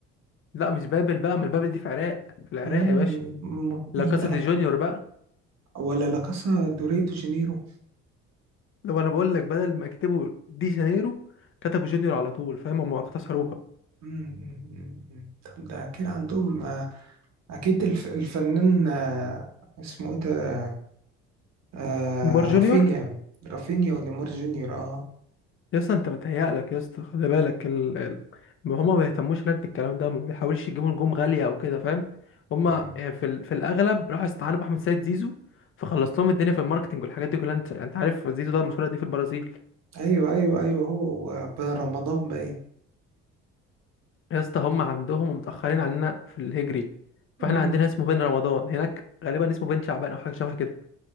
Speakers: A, on the left (about 40°); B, on the right (about 60°).
A: لا مش بابل بقى ما البابل دي في العراق في العراق
B: امم
A: يا باشا
B: يبقى
A: لا
B: يبقى
A: كاسا دي
B: لك
A: جونيور بقى
B: ولا لا كاسا دوري دو جانيرو
A: لو انا بقول لك بدل ما يكتبوا دي جانيرو كتبوا جونيور على طول فاهم هم اختصروها
B: مم، مم، مم. طب ده أكيد عندهم آه، أكيد الف- الفنان آه، اسمه إيه ده آه،
A: نيمار جونيور
B: رافينيا رافينيا ونيمار جونيور أه
A: يا اسطى انت متهيألك يا اسطى خلي بالك ال... ال... ما هما ما بيهتموش هناك بالكلام ده ما بيحاولش يجيبوا نجوم غالية او كده فاهم هما
B: مم.
A: يعني في ال... في الاغلب راحوا استعانوا باحمد سيد زيزو فخلص لهم الدنيا في الماركتنج والحاجات دي كلها انت انت عارف زيزو ده مشهور قد ايه في البرازيل
B: أيوه أيوه أيوه هو بن رمضان باين
A: يا اسطى هما عندهم ومتأخرين عننا في الهجري
B: مم.
A: فاحنا عندنا اسمه بن رمضان هناك غالبا اسمه بن شعبان او حاجة شبه كده